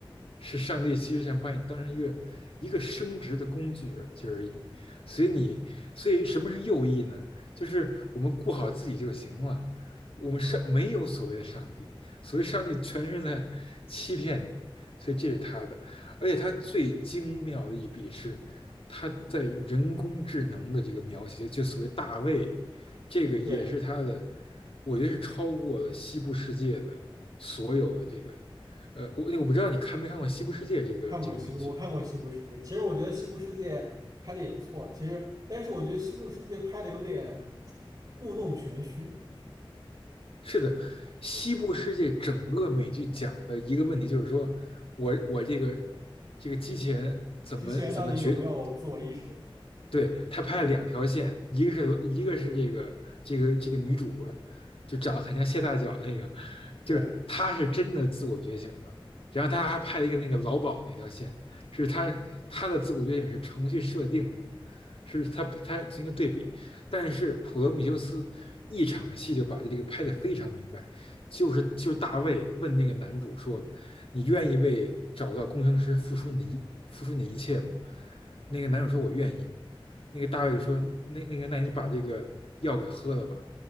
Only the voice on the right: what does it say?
啊。
对，
看过西部，我看过《西部世界》，其实我觉得《西部世界》拍的也不错，其实但是我觉得《西部世界》拍的有点故弄玄虚，
机器人到底有没有自我意识？
嗯，
对。